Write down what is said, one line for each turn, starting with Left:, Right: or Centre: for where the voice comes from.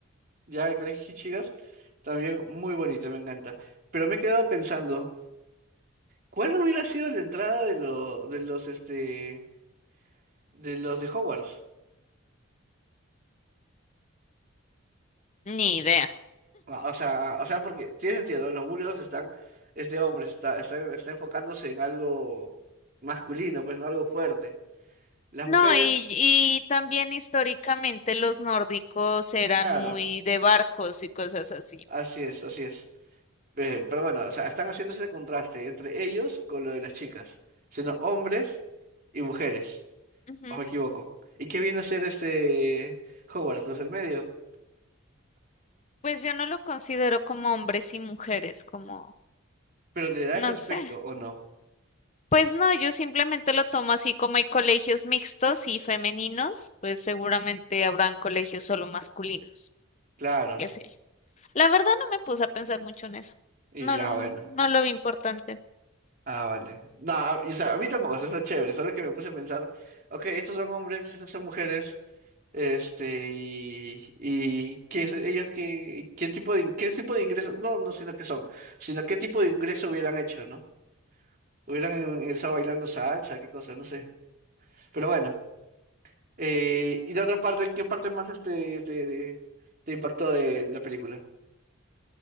Right: ya, el colegio de chicas, también muy bonito, me encanta. Pero me he quedado pensando, ¿cuál hubiera sido la entrada de los, de los, este, de los de Hogwarts?
Left: Ni idea.
Right: Ah, O sea, o sea, porque tiene sentido, ¿no? Los búlgaros están, este hombre está, está, está enfocándose en algo masculino, pues no algo fuerte. Las
Left: No,
Right: mujeres,
Left: y, y también históricamente los nórdicos eran
Right: claro,
Left: muy de barcos y cosas así.
Right: así es, así es. Eh, pero bueno, o sea, están haciendo ese contraste entre ellos con lo de las chicas, siendo hombres y mujeres,
Left: Ujú.
Right: o me equivoco. ¿Y qué viene a ser este Hogwarts, los del medio?
Left: Pues yo no lo considero como hombres y mujeres, como,
Right: Pero le da
Left: no
Right: ese aspecto,
Left: sé.
Right: ¿o no?
Left: Pues no, yo simplemente lo tomo así como hay colegios mixtos y femeninos, pues seguramente habrán colegios solo masculinos,
Right: Claro.
Left: qué sé yo. La verdad no me puse a pensar mucho en eso.
Right: Y
Left: No, no,
Right: ah, bueno.
Left: no lo vi importante.
Right: Ah, vale. No, a- y, o sea, a mí tampoco, o sea, está chévere, solo que me puse a pensar, ok, estos son hombres, estas son mujeres, este, y, y ¿qué es- ellos qué, qué tipo de, in- qué tipo de ingreso, no, no, sino que son, sino qué tipo de ingreso hubieran hecho, ¿no? Hubieran ingresado bailando salsa, qué cosa, no sé. Pero bueno. eh, ¿y la otra parte? ¿Qué parte más este te, te- te impactó de la película?